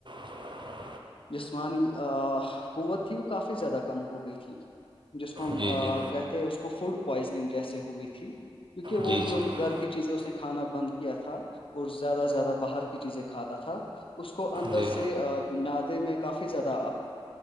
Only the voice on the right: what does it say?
<inaudible>
جی جی
جی
جی
جی